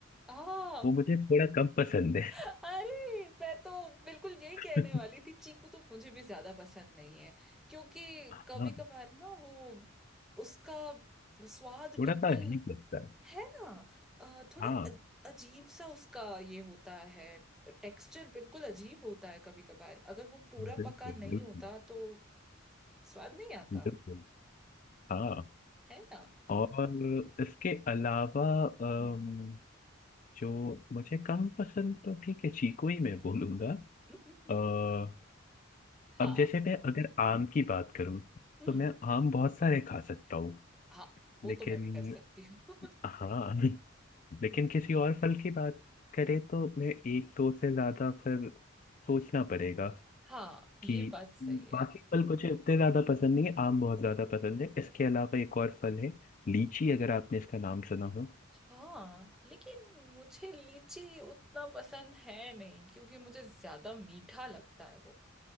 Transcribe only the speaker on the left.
वो मुझे थोड़ा कम पसंद है
<laughs>
हाँ
थोड़ा
सा अजीब लगता है
हाँ
बिल्कुल
बिल्कुल
बिल्कुल हाँ
और इसके अलावा अम,
जो मुझे कम पसंद तो ठीक है चीकू ही मैं बोलूंगा
अ,
अब जैसे मैं अगर आम की बात करूं
तो मैं आम बहुत सारे खा सकता हूँ
लेकिन
हाँ <laughs> लेकिन
किसी और फल की बात करें तो मैं एक दो से ज्यादा फिर सोचना पड़ेगा
कि
बाकी
फल मुझे इतने ज्यादा पसंद नहीं है आम बहुत ज्यादा पसंद है इसके अलावा एक और फल है लीची अगर आपने इसका नाम सुना हो